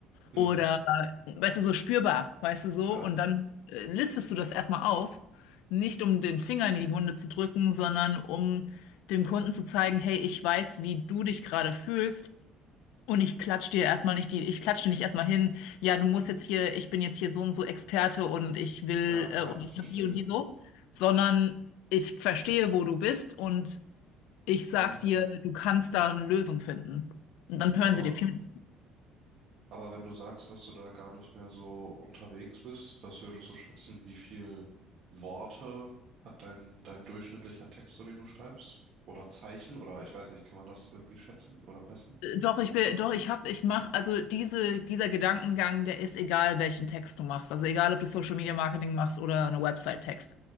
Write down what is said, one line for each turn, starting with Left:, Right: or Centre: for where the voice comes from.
Right: mhm.
Left: Oder, weißt du, so spürbar, weißt du, so.
Right: Ja,
Left: Und dann äh, listest du das erstmal auf. Nicht um den Finger in die Wunde zu drücken, sondern um dem Kunden zu zeigen, hey, ich weiß, wie du dich gerade fühlst. Und ich klatsch dir erstmal nicht die, ich klatsch dir nicht erstmal hin, ja, du musst jetzt hier, ich bin jetzt hier so und so Experte und ich will,
Right: ja,
Left: äh,
Right: ja,
Left: und ich
Right: verstehe.
Left: hab die und die so, sondern ich verstehe, wo du bist und ich sag
Right: Mhm.
Left: dir, du kannst da eine Lösung finden. Und dann hören
Right: Aber,
Left: sie dir viel
Right: aber wenn du sagst, dass du da gar nicht mehr so unterwegs bist, was würdest du schätzen, wie viel Worte hat dein, dein durchschnittlicher Text, so den du schreibst? Oder Zeichen? Oder ich weiß nicht, kann man das irgendwie schätzen oder messen?
Left: Doch, ich bin, doch, ich hab, ich mach, also diese, dieser Gedankengang, der ist egal, welchen Text du machst. Also egal, ob du Social Media Marketing machst oder eine Website-Text.